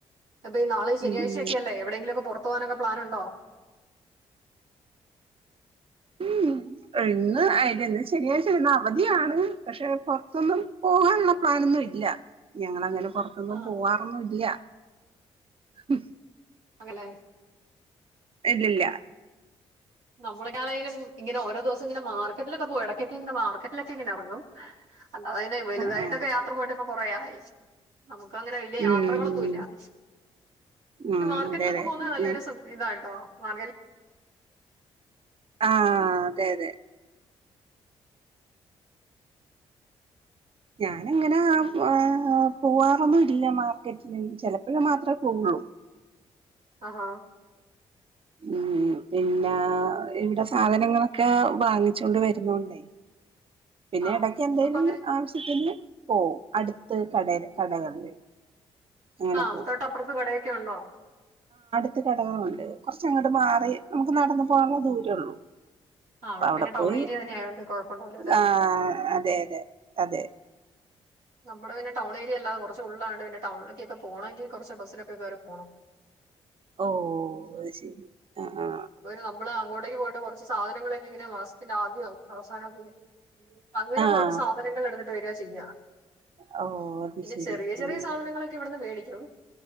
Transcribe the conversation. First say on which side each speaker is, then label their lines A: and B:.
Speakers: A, on the right (about 80°); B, on the right (about 45°).
A: അപ്പം ഇനി നാളെ ശനിയാഴ്ചയൊക്കെയല്ലേ
B: ഉം
A: എവിടെയെങ്കിലും ഒക്കെ പൊറത്ത് പോവാനാെക്കെ പ്ലാന്ണ്ടോ
B: ഉംഊം ആഹ് ഇന്ന് അയ്ന്‌ന്ന് ശനിയാഴ്ച്ചേണ് അവധിയാണ് പക്ഷെ പാെർത്തൊന്നും പോവാന്ള്ള പ്ലാനൊ ന്നുമല്ല ഞങ്ങളങ്ങനെ പൊറത്തൊന്നും
A: ആ
B: പോവാറൊന്നും ഇല്ല ഹും
A: ആണ്ലേ
B: ഇല്ലില്ലാ
A: നമ്മളെക്കെ ആണേലൊരു ഇങ്ങനെ ഓരോ ദ്‌വസ് ത് ങ്ങനെ മാർക്കറ്റിലൊക്കെ പോവും എടക്കെക്കെ ഇങ്ങനെ മാർക്കറ്റിലെക്കെ ഇങ്ങനെ എറങ്ങും അല്ലാതെ പിന്നെ വെല്തായ്ട്ടൊക്കെ
B: ആ ആ
A: യാത്ര പോയ്ട്ട് ഇപ്പൊ കൊറേയായി നമുക്കങ്ങനെ വല്യ യാത്രകളൊന്നു
B: ഉം
A: ഇല്ലാ പിന്നെ
B: ആഹ്
A: മാർക്കറ്റ്ലൊക്കെ
B: അതെ
A: പോക്ന്നെ
B: അതെ
A: നല്ല രസ <unintelligible> ണ്‌ട്ടോ വാങ്ങ്യേത്
B: ആഹ് അതെ അതെ ഞാനങ്ങനെ ആഹ് പോവാറൊന്നും ഇല്ല മാർക്കറ്റ്ല് ചെലപ്പഴ് മാത്രേ പോവു <unintelligible>
A: ആഹ് ഹാ
B: ഉം പിന്നെ ഇവിടെ സാധനങ്ങളക്കെ വാങ്ങിച്ചോണ്ട് വരുന്നോണ്ടേ പിന്നെ
A: ആ
B: എടക്ക് എന്തേലും
A: അപ്പൊ അങ്ങനെ
B: ആവിശ്യത്തിന് പോവും അടുത്ത് കടേ കടകളില് അങ്ങനെ
A: ആഹ്
B: പോവും
A: തൊട്ടപ്രത്ത് കടയെക്കെ ഒണ്ടോ
B: ത്തി കടകളോണ്ട് കൊറച്ചങ്ങോട്ട് മാറി നമുക്ക് നടന്ന് പോനുള്ള ദൂരള്ളു
A: ആ
B: അവിടെ
A: പിന്നെ ടൗൺ
B: പോയി
A: ഏരിയ തന്നെ ആയതുകൊണ്ട് കുഴപ്പമുണ്ടാവില്ല അല്ലേ
B: ആഹ്
A: ഉം
B: അതെ അതെ അതെ
A: നമ്മടെ പിന്നെ ടൗൺ ഏരിയ അല്ലാതെ കൊറച്ച് ഉള്ളാണ് പിന്നെ ടൗൺ ലേക്കൊക്കെ പോണങ്കിൽ കൊറച്ച് ബസ്സിലൊക്കെ കേറി പോണം
B: ഓ അത് ശരി ആഹ് അഹ്
A: അപ്പം പിന്നെ നമ്മള് അങ്ങോട്ടേക്ക് പോയിട്ട് കുറച്ച് സാധനങ്ങൾക്കെ ഇങ്ങനെ മാസ്ത്തിന്റെ ആദ്യവോ അവസാനവും <unintelligible> അങ്ങനെ പോയിട്ട്
B: ആഹ്
A: സാധനങ്ങൾ എടുത്തിട്ട് വര്യാ ചെയ്യാ
B: ഓ അത്
A: പിന്നെ
B: ശരി
A: ചെറിയ ചെറിയ
B: ഉം
A: സാധനങ്ങളക്കെ ഇവിടുന്ന് മേടി ക്കും